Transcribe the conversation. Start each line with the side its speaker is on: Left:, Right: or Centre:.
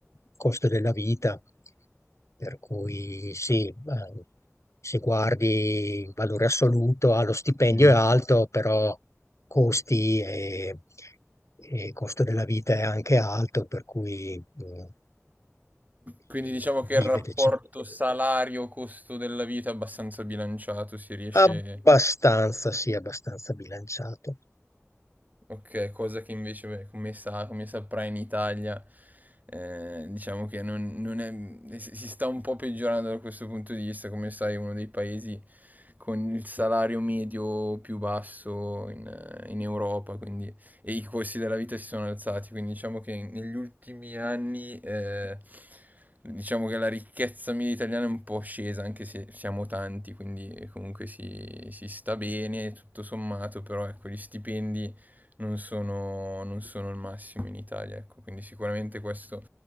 Left: costo della vita, per cui sì, eh, se guardi in valore assoluto, ah, lo stipendio
Right: Mm.
Left: è alto, però costi e, e costo della vita è anche alto, per cui eh,
Right: Quindi
Left: si
Right: diciamo
Left: si
Right: che
Left: vive
Right: il rapporto
Left: decente.
Right: salario-costo della vita è abbastanza bilanciato, si riesce
Left: Abbastanza, sì, abbastanza bilanciato.
Right: Ok, cosa che invece, beh, come sa, come saprai in Italia, eh, diciamo che non, non è, eh, si si sta un po' peggiorando da questo punto di vista, come sai, è uno dei paesi con il salario medio più basso in, eh, in Europa, quindi, e i costi della vita si sono alzati, quindi diciamo che negli ultimi anni, eh, diciamo che la ricchezza media italiana è un po' scesa, anche se siamo tanti, quindi comunque si, si sta bene, tutto sommato, però ecco, gli stipendi non sono, non sono il massimo in Italia, ecco, quindi sicuramente questo